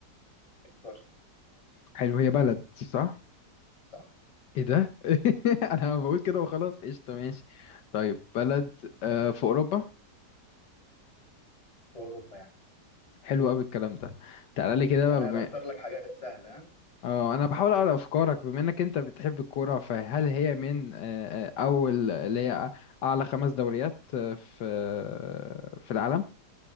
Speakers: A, on the left (about 20°); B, on the left (about 80°).
A: اخترت
B: حلو هي بلد صح
A: صح
B: ايه ده <laughs> انا بقول كده وخلاص قشطة ماشي طيب بلد آه، في اوروبا
A: في اوروبا يعني
B: حلو قوي الكلام ده تعالى لي كده
A: انا
B: بقى بما
A: بختار لك حاجات سهله ها
B: اه انا بحاول اقرا افكارك بما انك انت بتحب الكوره فهل هي من
A: مم.
B: آه، آه، اول اللي هي اعلى خمس دوريات آه، في آه، في العالم